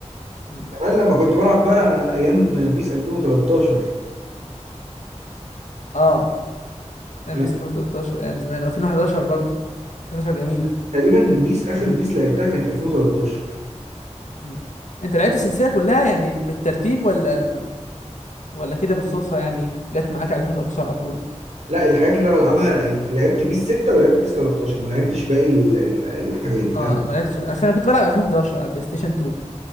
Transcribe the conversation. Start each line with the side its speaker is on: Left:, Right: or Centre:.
Left: م.
Right: زمان لما كنت بلعب بقى ايام بيس 2013
Left: اه ام
Right: لا
Left: بيس 2013 ايام زمان 2011 برضه 2011 جميلة
Right: تقريبا البيس اخر بيس لعبتها كانت 2013
Left: م. انت لقيت السلسلة كلها يعني بالترتيب ولا ولا كده بالصدفة يعني جت معاك على 2013 على طول
Right: لا الحاجات اللي انا بلعبها يعني لعبت بيس 6 ولعبت بيس 13 ما لعبتش باقي ال- ال- الحاجات فاهم
Left: اه ما لقيتش اصل انا كنت بلعب 2011 على البلاي ستيشن 2